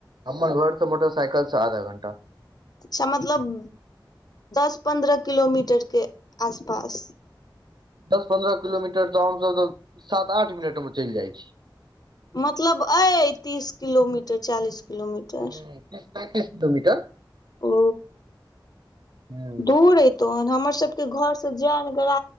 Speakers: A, on the right; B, on the left.
A: हमर घर तऽ मोटरसाईकल स आधा घण्टा
B: अच्छा मतलब दस पन्द्रह किलोमीटर के आस पास
A: दस पन्द्रह किलोमीटर तऽ हमसब तऽ सात आठ मिनट मे चइल जाई छी
B: मतलब अइ तीस किलोमीटर चालीस किलोमीटर
A: ह तीस पैंतीस किलोमीटर
B: ओ
A: ह
B: दूर अय तन हमर सबके घर स जयनगर